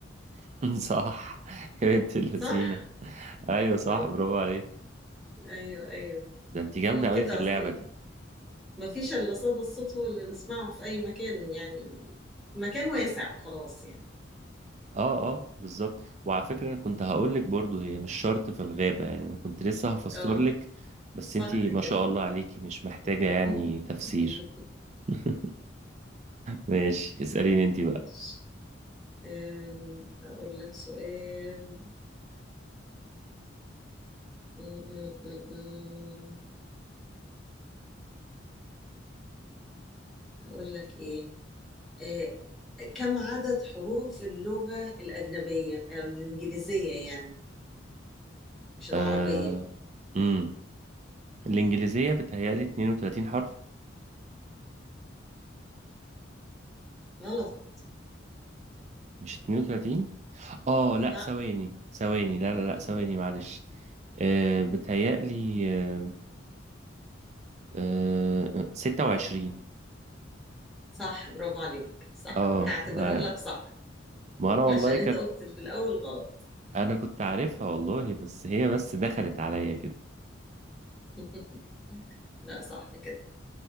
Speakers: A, on the right; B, in the centre.
A: <laughs> صح يا بنت اللذينة
B: صح
A: أيوة صح
B: آه،
A: برافو عليك
B: ايوه ايوه
A: ده أنت جامدة
B: هو
A: أوي
B: كده
A: في اللعبة
B: اصلي
A: دي
B: ما فيش الا صدى الصوت هو اللي نسمعه في اي مكان يعني مكان واسع وخلاص يعني
A: اه اه بالظبط وعلى فكرة انا كنت هقول لك برضو هي مش شرط في الغابة يعني انا كنت لسه هفسر
B: اه
A: لك بس
B: صح
A: انتي ما
B: كده
A: شاء الله عليكي مش محتاجة يعني
B: <laughs>
A: تفسير <laughs> ماشي اسأليني انتي بقى
B: ماشي. آم، اقول لك سؤال أقول لك إيه آه، كم عدد حروف اللغة الأجنبية أو الإنجليزية يعني مش العربية
A: آه... امم الانجليزية بتهيألي 32 حرف
B: غلط
A: مش 32 اه لا
B: لا
A: ثواني ثواني لا لا لا ثواني معلش آه... بتهيألي آه... آه... 26
B: صح برافو عليك صح
A: اه
B: هعتبرها
A: آه،
B: لك صح
A: ما
B: <laughs>
A: انا والله
B: عشان
A: كانت
B: أنت قلت في الأول غلط
A: انا كنت عارفها والله بس هي بس دخلت عليا كده
B: <laughs> لا صح كده